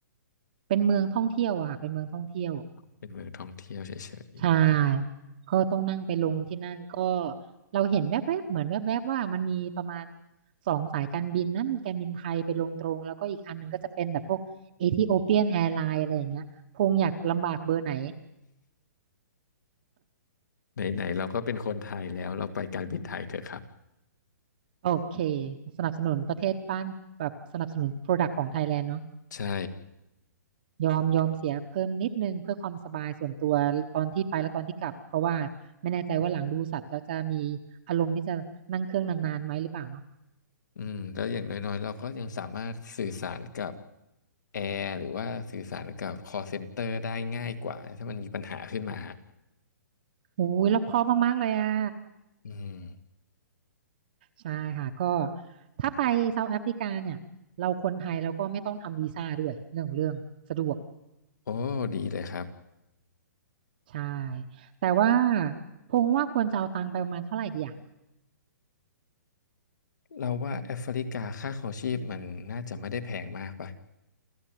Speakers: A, on the right; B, on the left.
A: เป็นเมืองท่องเที่ยวอะค่ะเป็นเมืองท่องเที่ยว
B: เป็นเมืองท่องเที่ยวเฉย
A: ใช่ก็ต้องนั่งไปลงที่นั่นก็เราเห็นแวบๆเหมือนแวบๆว่ามันมีประมาณสองสายการบินนะมีการบินไทยไปลงตรงแล้วก็อีกอันหนึงก็จะเป็นแบบพวกเอธิโอเปียนแอร์ไลน์อะไรอย่างเงี้ยพงอยากลำบากเบอร์ไหน
B: ๆไหนๆเราก็เป็นคนไทยแล้วเราไปการบินไทยเถอะครับ
A: โอเคสนับสนุนประเทศบ้านแบบสนับสนุนโปรดักต์ของไทยแลนด์เนาะ
B: ใช่
A: ยอมยอมเสียเพิ่มนิดนึงเพื่อความสบายส่วนตัวตอนที่ไปและตอนที่กลับเพราะว่าไม่แน่ใจว่าหลังดูสัตว์แล้วจะมีอารมณ์ที่จะนั่งเครื่องนานๆไหมหรือเปล่าเนาะ
B: อืมแล้วอย่างน้อยๆเราก็ยังสามารถสื่อสารกับแอร์หรือว่าสื่อสารกับ call center ได้ง่ายกว่า ถ้ามันมีปัญหาขึ้นมา
A: โอ้ยรอบคอบมากๆเลยอ่ะ
B: อืม
A: ใช่ค่ะก็ถ้าไปเซาท์แอฟริกาเนี่ยเราคนไทยเราก็ไม่ต้องทำวีซ่าด้วยเรื่องเรื่องสะดวก
B: โอ้ดีเลยครับ
A: ใช่แต่ว่าพงว่าควรจะเอาตังค์ไปประมาณเท่าไหร่ดีอ่ะ
B: เราว่าแอฟริกาค่าครองชีพมันน่าจะไม่ได้แพงมากป่ะ